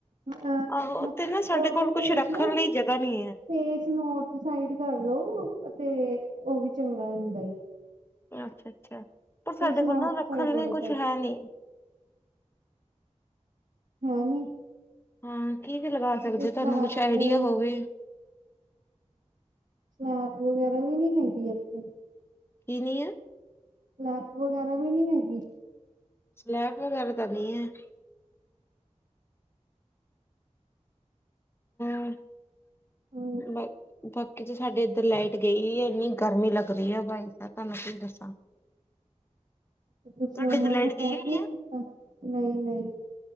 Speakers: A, on the right; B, on the left.
A: ਅ
B: ਆਹੋ
A: ਅਹ
B: ਤੇ ਨਾ ਸਾਡੇ
A: ਉਹਦਾ
B: ਕੋਲ
A: ਫੇਸ
B: ਕੁਛ ਰੱਖਣ
A: ਨਾ
B: ਲਈ ਜਗ੍ਹਾ ਨਹੀਂ
A: ਫੇਸ ਨੋੌਰਥ ਸਾਈਡ ਕਰਲੋ ਤੇ ਉਹ ਵੀ ਚੰਗਾ ਹੁੰਦਾ ਏ।
B: ਅੱਛਾ-ਅੱਛਾ ਪਰ ਸਾਡੇ
A: ਨੌਰਥ
B: ਕੋਲ ਨਾ ਰੱਖਣ
A: ਸਾਈਡ ਹੋਣਾ
B: ਲਈ
A: ਚਾਹੀਦਾ
B: ਕੁਛ ਹੈ ਨੀ।
A: ਹੂੰ-ਹੂੰ।
B: ਹਾਂ ਕੀ ਵੀ ਲਗਾ ਸਕਦੇ
A: ਸਲੈਬ
B: ਹੋ ਤੁਹਾਨੂੰ ਕੁਛ ਆਈਡੀਆ
A: ਤੇ
B: ਹੋਵੇ।
A: ਸਲੈਬ ਵਗੈਰਾ ਵੀ ਨੀ ਹੈਗੀ ਇੱਥੇ।
B: ਕੀ ਨੀ ਆ।
A: ਲੈਪ ਵਗੈਰਾ ਵੀ ਨੀ ਹੈਗੀ।
B: ਸਲੈਬ ਵਗੈਰਾ ਤਾਂ ਨਹੀਂ ਹੈ। <inaudible>
A: ਹੂੰ
B: ਕਿਤੇ ਸਾਡੇ ਇੱਧਰ ਲਾਈਟ ਗਈ ਹੈ ਇੰਨੀ ਗਰਮੀ ਲੱਗ ਰਹੀ ਹੈ ਬਾਈ ਤੁਹਾਨੂੰ ਕੀ ਦੱਸਾਂ।
A: ਤੁਸੀਂ
B: ਤੁਹਾਡੇ
A: ਉਹਨਾਂ
B: ਤੇ ਲਾਈਟ
A: ਨੂੰ ਫੋਨ
B: ਗਈ ਹੋਈ
A: ਨਹੀਂ
B: ਹੈ
A: ਕੀਤਾ ਨਹੀਂ- ਨਹੀਂ।